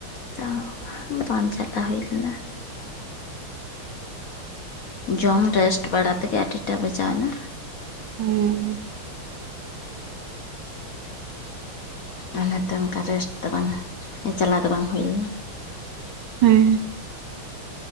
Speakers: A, on the left; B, on the right.
A: ᱛᱟ ᱵᱟᱝ ᱪᱟᱞᱟᱣ ᱦᱳᱭ ᱞᱮᱱᱟ᱾
B: ᱦᱮᱸ
A: ᱡᱚᱢ ᱨᱮᱥᱴ ᱵᱟᱲᱟ ᱛᱮᱜᱮ ᱟᱹᱰᱤ ᱴᱟ ᱵᱟᱡᱟᱣ ᱱᱟ᱾
B: ᱦᱩᱸ ᱦᱩᱸ᱾
A: ᱟᱞᱮ ᱦᱮᱸᱛᱚ ᱚᱱᱠᱟ ᱨᱮᱥᱴ ᱫᱚ ᱵᱟᱝ-ᱟ᱾ ᱪᱟᱞᱟᱣ ᱫᱚ ᱵᱟᱝ ᱦᱳᱭ ᱞᱮᱱᱟ᱾
B: ᱦᱮᱸ᱾